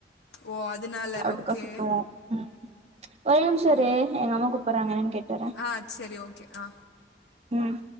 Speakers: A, on the left (about 70°); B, on the right (about 35°).
A: ஓ அதனால
B: அட்டுக்கா
A: ஓகே
B: சுத்துவோம் உம் ஒரே நிமிஷம்
A: ஓ
B: இரு எங்க அம்மா கூப்பிடுறாங்க என்னன்னு கேட்டு வரன்.
A: ஆ சரி ஓகே ஆ
B: உம்